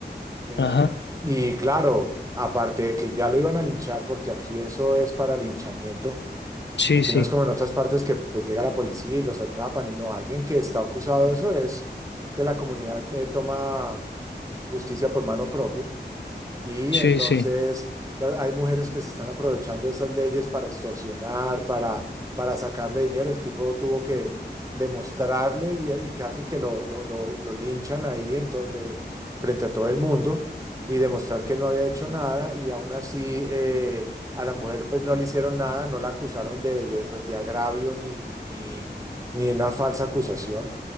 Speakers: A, on the right (about 20°); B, on the left (about 80°).
A: Eh,
B: Ajá,
A: y claro, aparte de que ya lo iban a linchar porque aquí eso es para linchamiento.
B: sí,
A: Aquí
B: sí,
A: no es como en otras partes que pues, llega la policía y los atrapan y no, alguien que está acusado de eso es que la comunidad eh, toma justicia por mano propia. Y
B: sí,
A: entonces
B: sí,
A: la- hay mujeres que se están aprovechando de esas leyes para extorsionar, para, para sacarle dinero. El tipo tuvo que demostrarle y, y casi que lo, lo- lo- lo linchan ahí en to- de- frente a todo el mundo y demostrar que él no había hecho nada y aún así eh, a la mujer pues no le hicieron nada, no la acusaron de, de, pues, de agravio ni, ni, ni de una falsa acusación.